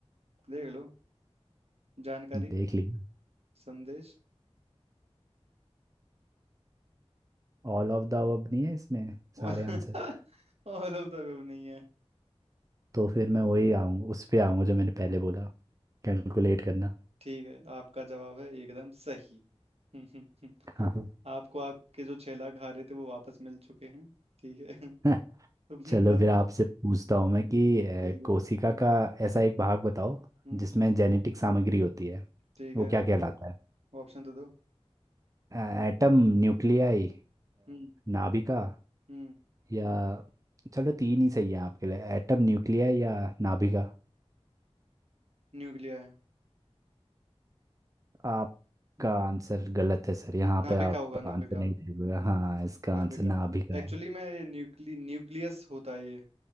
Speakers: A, on the right (about 65°); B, on the right (about 30°).
A: देख लो जानकारी
B: देख लिया
A: संदेश
B: ऑल ऑफ द अब नहीं है इसमें
A: और
B: सारे आंसर
A: <laughs> ऑल ऑफ द नहीं है
B: तो फिर मैं वही आऊँगा उस पे आऊँगा जो मैंने पहले बोला कैलकुलेट करना
A: ठीक है आपका जवाब है एकदम सही <laughs>
B: हाँ
A: आपको आपके जो छह लाख हारे थे वो वापस मिल चुके हैं ठीक है <laughs>
B: <laughs>
A: तो
B: चलो
A: बस
B: फिर आपसे पूछता हूँ मैं कि अ,
A: ठीक
B: कोशिका
A: है
B: का ऐसा एक भाग बताओ
A: हम्म
B: जिसमें जेनेटिक सामग्री होती है
A: ठीक
B: वो
A: है
B: क्या कहलाता
A: ऑप्शन तो दो
B: है एटम न्यूक्लियाई
A: हम्म
B: नाभिका
A: हम्म
B: या चलो तीन ही सही है आपके लिए एटम न्यूक्लियाई या नाभिका
A: न्यूक्लिया है
B: आपका आंसर गलत है सर यहाँ
A: नाभिका
B: पे आप
A: होगा
B: आंसर
A: नाभिका
B: नहीं दे रहे हो। हाँ इसका
A: नाभिका
B: आंसर नाभिका
A: एक्चुअली मैं ये न्यूक्ली न्यूक्लियस होता है ये